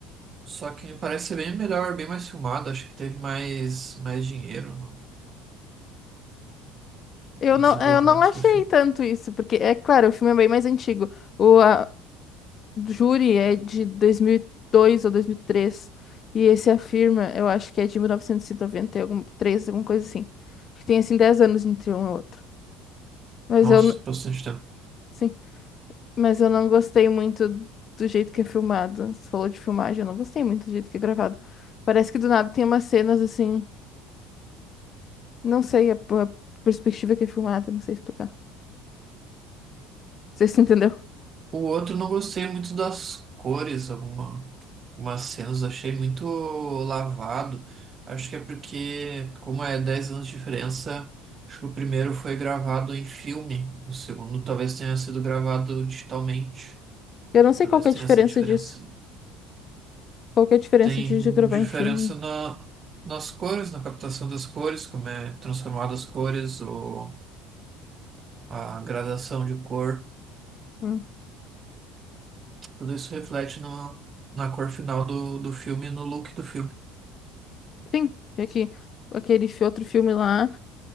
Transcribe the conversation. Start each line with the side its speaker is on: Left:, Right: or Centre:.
Right: só que me parece ser bem melhor, bem mais filmado. Acho que teve mais, mais dinheiro no
Left: Eu
Right: no
Left: não,
Right: desenvolvimento
Left: eu não achei
Right: do filme.
Left: tanto isso, porque é claro, o filme é bem mais antigo. O a, Júri é de 2002 ou 2003 e três, e esse Afirma, eu acho que é de mil novecentos e noventa e três alguma coisa assim. que tem assim 10 anos entre um e outro. Mas
Right: Nossa,
Left: eu n-
Right: bastante tempo.
Left: sim. Mas eu não gostei muito do jeito que é filmado. Você falou de filmagem, eu não gostei muito do jeito que é gravado. Parece que do nada tem umas cenas assim, não sei a, a perspectiva que é filmada, não sei explicar. Você se <laughs> entendeu?
Right: O outro não gostei muito das cores, alguma, algumas cenas achei muito lavado. Acho que é porque, como é 10 anos de diferença, acho que o primeiro foi gravado em filme, o segundo talvez tenha sido gravado digitalmente.
Left: Eu não
Right: E
Left: sei
Right: talvez
Left: qual que
Right: tenha
Left: é a diferença
Right: essa diferença.
Left: disso. Qual que é a diferença
Right: Tem
Left: de de gravar
Right: diferença
Left: em filme?
Right: na, nas cores, na captação das cores, como é transformado as cores ou a gradação de cor.
Left: Hum.
Right: Tudo isso reflete no, na cor final do, do filme e no look do filme.
Left: Sim, é que aquele fi- outro filme lá,